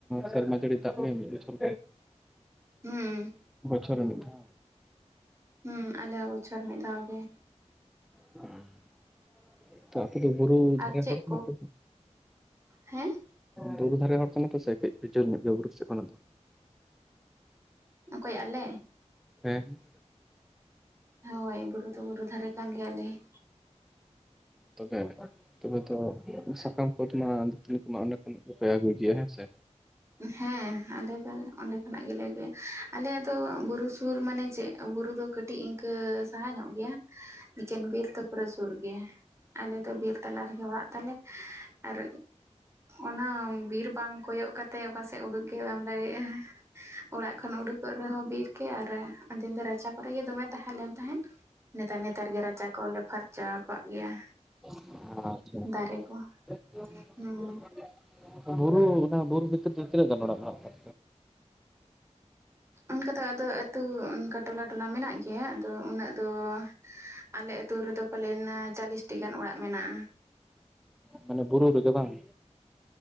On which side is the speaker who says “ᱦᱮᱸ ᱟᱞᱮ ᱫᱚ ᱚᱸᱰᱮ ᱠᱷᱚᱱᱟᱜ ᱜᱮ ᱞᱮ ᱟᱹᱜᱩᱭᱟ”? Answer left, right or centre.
Right